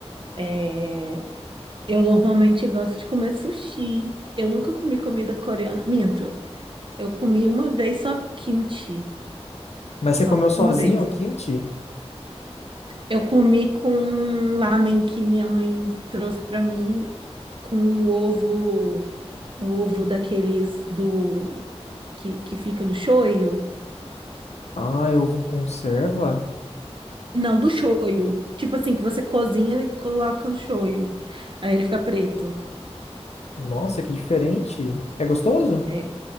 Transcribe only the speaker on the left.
Mas
você comeu sozinho
o kimchi?
Ah, eu ovo em conserva?
Nossa, que diferente. É gostoso?